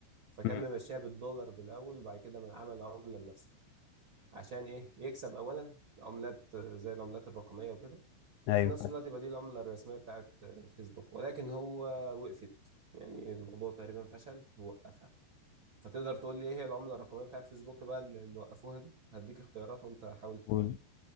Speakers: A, on the right (about 40°); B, on the left (about 80°).
A: فكان
B: مم.
A: ممشيها بالدولار بالاول وبعد كده من عمل عمله لنفسه عشان ايه يكسب اولا عملات آه، زي العملات الرقميه وكده
B: ايوه
A: وفي نفس الوقت يبقى دي العمله الرسميه بتاعت آه، فيسبوك ولكن هو وقفت يعني الموضوع تقريبا فشل ووقفها فتقدر تقول لي ايه هي العمله الرقميه بتاعت فيسبوك بقى اللي اللي وقفوها دي هديك اختيارات وانت حاول تجاوب
B: قول.